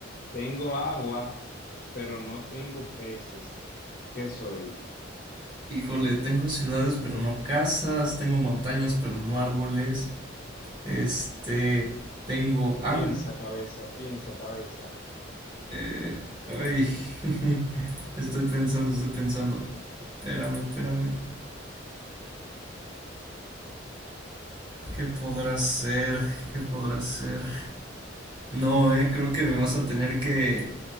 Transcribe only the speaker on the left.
Tengo agua, pero no tengo peces. ¿Qué soy?
Piensa cabeza, piensa cabeza.